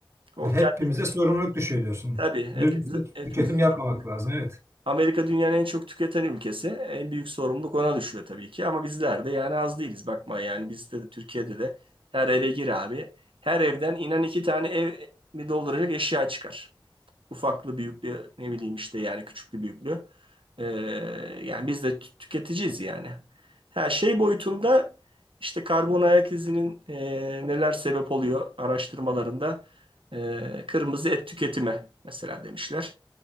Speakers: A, on the right (about 85°); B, on the right (about 30°).
A: O kendi
B: Hepimize sorumluluk düşüyor diyorsun.
A: tabii hepimizi,
B: Lüzumsuz
A: hepimizi
B: tüketim
A: sorumlu.
B: yapmamak lazım. Evet.
A: Amerika dünyanın en çok tüketen ülkesi. En büyük sorumluluk ona düşüyor tabii ki. Ama bizler de yani az değiliz. Bakma yani bizde de Türkiye'de de her eve gir abi. Her evden inan iki tane ev mi dolduracak eşya çıkar. Ufaklı büyüklü ne bileyim işte yani küçüklü büyüklü. Ee, yani biz de tü- tüketiciyiz yani. Her şey boyutunda işte karbon ayak izinin e, neler sebep oluyor araştırmalarında e, kırmızı et tüketimi mesela demişler.